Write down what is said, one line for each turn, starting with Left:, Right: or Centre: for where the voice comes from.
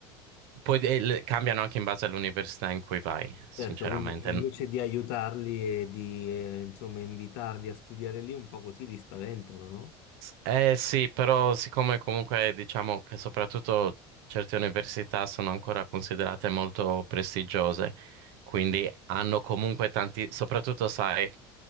Right: poi eh, le- cambiano anche in base all'università in cui vai, sinceramente.
Left: Certo, quindi invece di aiutarli e di, eh, insomma, invitarli a studiare lì, un po' così li spaventano, no?
Right: Eh sì, però siccome comunque diciamo che soprattutto certe università sono ancora considerate molto prestigiose, quindi hanno comunque tanti, soprattutto sai,